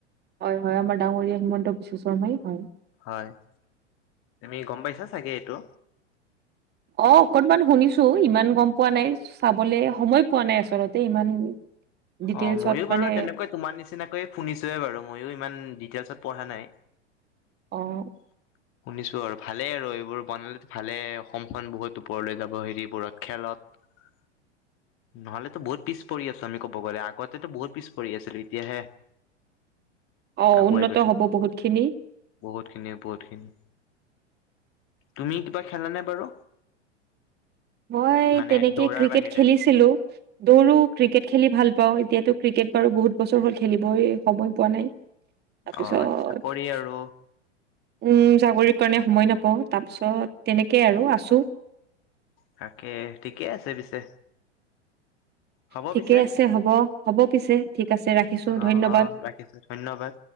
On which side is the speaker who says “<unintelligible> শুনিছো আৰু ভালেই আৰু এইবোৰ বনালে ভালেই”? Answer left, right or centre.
Left